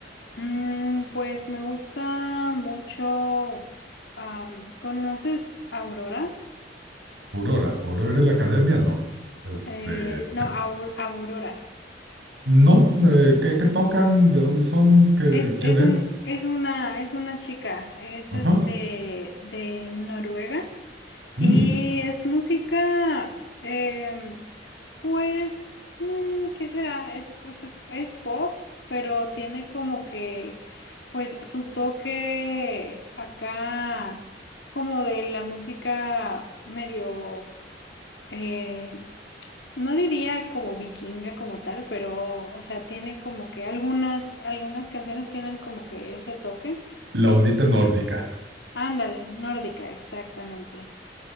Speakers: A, on the left; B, on the right.
A: Mm, pues me gusta mucho. am, ¿conoces Aurora?
B: Aurora, Aurora en la academia, no. Este,
A: Eh, no, Aur- Aurora.
B: no, eh, ¿qué, qué tocan? ¿De dónde son? ¿Qué-
A: Es,
B: quién
A: es
B: es?
A: un, es una, es una chica, es
B: Ajá.
A: este de Noruega
B: Mm,
A: y es música. em, Pues, mm, ¿qué será? Es, pues, es, es pop, pero tiene como que, pues, su toque acá, como de la música medio, eh, no diría como vikinga como tal, pero, o sea, tiene como que algunas, algunas canciones tienen como que ese toque.
B: la ondita nórdica.
A: Ándale, nórdica, exactamente.